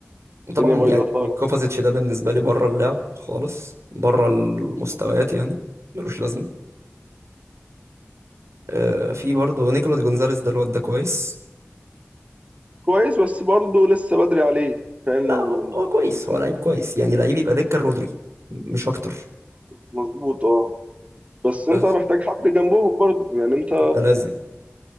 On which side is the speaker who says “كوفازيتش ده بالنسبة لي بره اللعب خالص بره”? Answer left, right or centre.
Right